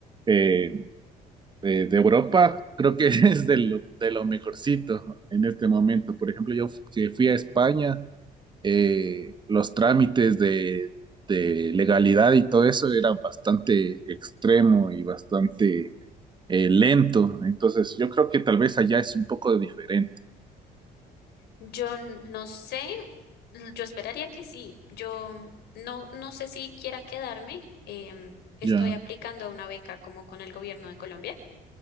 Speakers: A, on the right (about 25°); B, on the left (about 75°).
A: eh, eh, de Europa creo que <laughs> es de lo, de lo mejorcito en este momento. Por ejemplo, yo f- que fui a España, eh, los trámites de, de legalidad y todo eso eran bastante extremo y bastante eh, lento. Entonces, yo creo que tal vez allá es un poco diferente.
B: Yo n- no sé, l- yo esperaría que sí, yo no, no sé si quiera quedarme, em, estoy
A: Ya,
B: aplicando a una beca como con el gobierno de Colombia